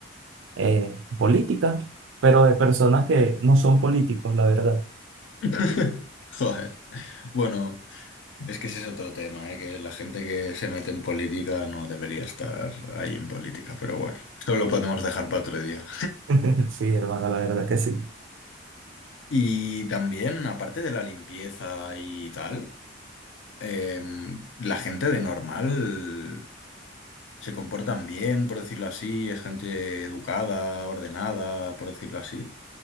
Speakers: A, on the right; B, on the left.
A: eh, política, pero de personas que no son políticos, la verdad.
B: <laughs> Joder. Bueno, es que ese es otro tema, ¿eh? Que la gente que se mete en política no debería estar ahí en política, pero bueno, eso lo podemos dejar para otro día.
A: <laughs> Sí, hermano, la verdad que sí.
B: Y también, aparte de la limpieza y tal, em, la gente de normal se comportan bien, por decirlo así, es gente educada, ordenada, por decirlo así.